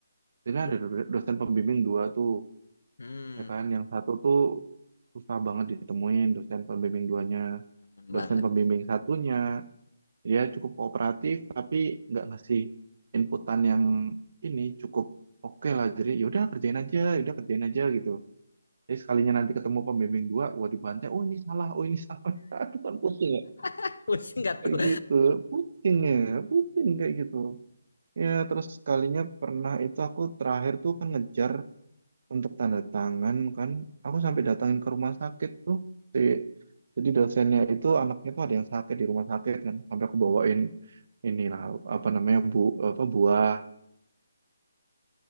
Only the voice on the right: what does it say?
Jadi
ada do- dosen pembimbing dua tuh
ya kan yang satu tuh susah banget ditemuin dosen pembimbing duanya,
dosen
pembimbing satunya dia cukup kooperatif tapi nggak ngasih inputan yang ini cukup oke lah jadi yaudah kerjain aja yaudah kerjain aja gitu jadi sekalinya nanti ketemu pembimbing dua wah dibantai oh ini salah oh ini salah <laughs> aduh kan pusing ya
kayak
gitu pusing ya pusing kayak gitu ya terus sekalinya pernah itu aku terakhir tuh kan ngejar untuk tanda tangan kan aku sampai datangin ke rumah sakit tuh si jadi dosennya itu anaknya tuh ada yang sakit di rumah sakit kan sampai aku bawain inilah apa namanya bu apa buah